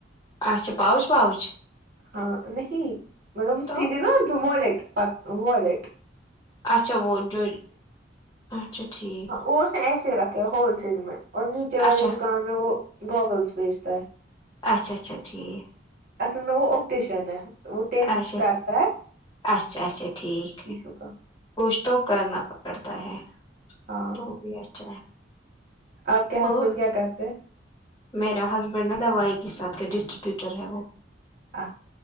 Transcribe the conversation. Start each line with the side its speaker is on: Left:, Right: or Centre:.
Left: اچھا پؤچ پؤچ
Right: ہاں نہیں مطلب
Left: تو
Right: سیدھے نا جو والٹ والٹ
Left: اچھا وہ جو اچھا ٹھیک
Right: ہاں وہ اس نے ایسے رکھے ہول سیل میں اور نیچے
Left: اچھا
Right: والے دکان میں وہ گوگلس بیچتا ہے
Left: اچھا اچھا ٹھیک
Right: میں وہ آپٹیشن ہے وہ ٹیسٹ
Left: اچھا
Right: کرتا ہے
Left: اچھا اچھا ٹھیک
Right: <unintelligible>
Left: ہے
Right: کا
Left: کچھ تو کرنا پڑتا ہے
Right: ہاں
Left: تو وہ بھی اچھا ہے
Right: آپ کے ہسبینڈ
Left: اور
Right: کیا کرتے ہیں
Left: میرا ہسبینڈ نا دوائی کے ساتھ ڈسٹریبوٹر ہے وہ
Right: آ